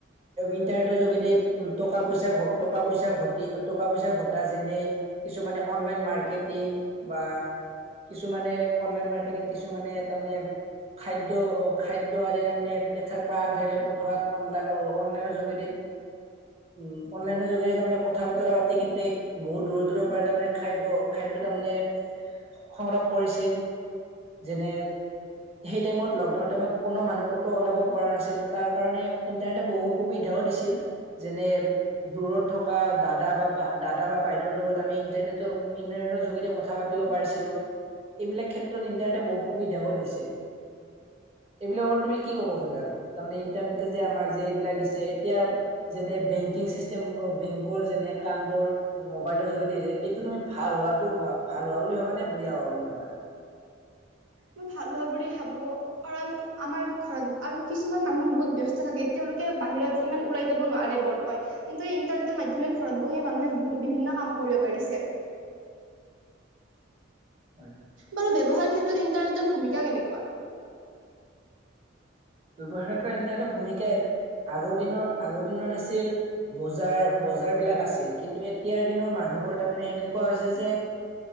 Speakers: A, on the right; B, on the right.
A: ইণ্টাৰনেটৰ যোগেদি টকা পইচা টকা পইচা ঘ টকা পইচা ঘটা যেনে কিছুমানে অনলাইন মাৰ্কেটিং বা কিছুমানে অনলাইন মাৰ্কেটিং কিছুমানে তাৰমানে খাদ্য আহ খাদ্য আদি তাৰমানে এঠাৰ পৰা আনঠাইলৈ পঠোৱাত অনলাই আহ অনলাইনৰ যোগেদি উ অনলাইনৰ যোগেদি তাৰমানে কথা বতৰা পাতি কিন্তে বহুত দূৰৰ দূৰৰ পৰাই তাৰমানে খাদ্য খাদ্যয় তাৰমানে সংগ্ৰহ কৰিছিল যেনে সেই টাইমত লকডাউন টাইমত কোনো মানুহ কতো ওলাব পৰা নাছিল তাৰ কাৰণে ইণ্টাৰনেটে বহু সুবিধাও দিছিল যেনে দূৰত থকা দাদা বা দাদা বা বাইদেউৰ লগত আমি ইণ্টাৰনেটৰ ইণ্টাৰনেটৰ যোগেদি কথা পাতিব পাৰিছিলো এইবিলাক ক্ষেত্ৰত ইণ্টাৰনেটে বহুত সুবিধাও দিছে এইবিলাকৰ তুমি কি কব খোজা তাৰমানে ইণ্টাৰনেটে যে আমাক যে এইবিলাক দিছে এতিয়া যেনে বেংকিং চিষ্টেম বেংকৰ যেনে কাম বোৰ মোবাইলৰ যোগেদি দিছে এইটো তুমি ভাল হোৱাটো ভাল হোৱা বুলি ভাবা নে বয়া হোৱা বুলি ভাবা
B: মই ভাল হোৱা বুলি ভাবো কাৰণ আমাৰ ঘৰত আৰু কিছুমান মানুহ বহুত ব্যস্ত থাকে তেওঁলোকে বাহিৰত ইমান ওলাই যাব নোৱাৰে বৰকয় কিন্তু ইন্টাৰনেটৰ মাধ্যমে ঘৰত বহিয়ে মানুহে বিভিন্ন কাম কৰিব পাৰিছে
A: হয়
B: বাৰু ব্যৱহাৰৰ ক্ষেত্ৰত ইণ্টাৰনেটৰ ভূমিকা কেনেকুৱা
A: ব্যৱসাৰ ক্ষেত্ৰৰ এ এটা ভূমিকাত আগৰ দিনত আগৰ দিনত আছিল বজাৰ বজাৰ বিলাক আছিল কিন্তু এতিয়াৰ দিনৰ মানুহবোৰ তাৰমানে এনেকুৱা হৈছে যে